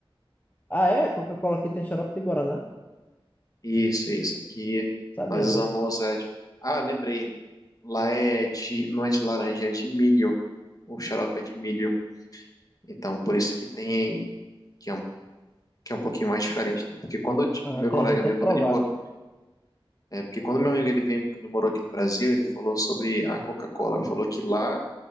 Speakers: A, on the left; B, on the left.
A: Ah, é? Coca-Cola aqui tem xarope de Guaraná?
B: Isso, isso. Aqui
A: Sabia
B: nós usamos
A: não.
B: é de... Ah, lembrei. Lá é de... não é de laranja, é de milho. O xarope é de milho. Então, por isso que tem que é um, que é um pouquinho mais diferente, né? Porque quando eu ti-
A: Ah,
B: meu
A: tem-
B: colega
A: a gente
B: meu,
A: tem que
B: quando
A: provar.
B: ele morou, é, porque quando meu amigo ele veio, que ele morou aqui no Brasil, ele falou sobre a Coca-Cola, ele falou que lá